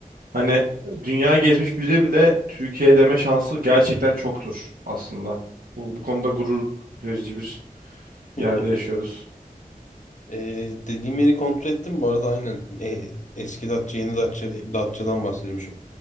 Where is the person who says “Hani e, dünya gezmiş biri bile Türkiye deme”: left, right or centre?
Right